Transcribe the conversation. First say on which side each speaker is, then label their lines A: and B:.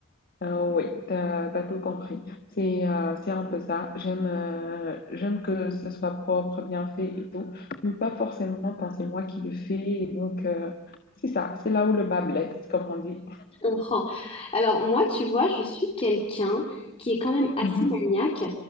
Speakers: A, on the left; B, on the left.
A: Euh, oui, t'as, t'as tout compris. C'est euh, c'est un peu ça. J'aime euh, j'aime que ce soit propre, bien fait et tout, mais pas forcément quand c'est moi qui le fais. Et donc, euh, c'est ça. C'est là où le bas blesse, comme on dit.
B: Je comprends. Alors moi, tu vois, je suis quelqu'un qui est quand même assez
A: Mhm.
B: maniaque,